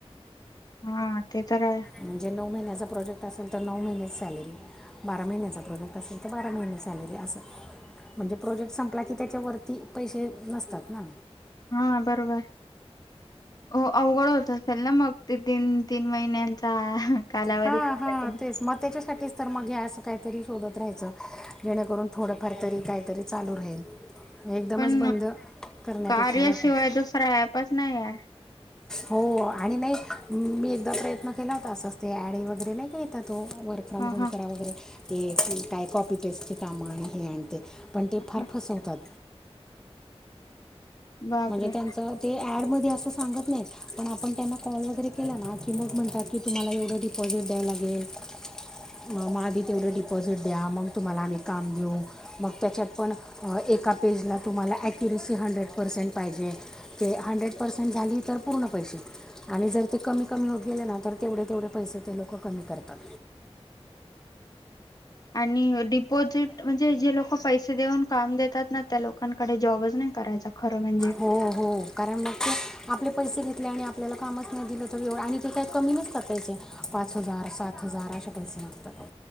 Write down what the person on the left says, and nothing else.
हा ते तर आहे.
हा बरोबर. हो. अवघड होत असेल ना मग, ते तीन तीन महिन्यांचा. कालावधी
कसा
ते.
पण
कार्याशिवाय
दुसरा ॲपच नाहीये यार.
ह
ह
ह
बापरे
आणि डिपॉजिट म्हणजे जे लोक पैसे देऊन काम देतात ना त्या लोकांकडे जॉबच नाही करायचा. खरं म्हणजे.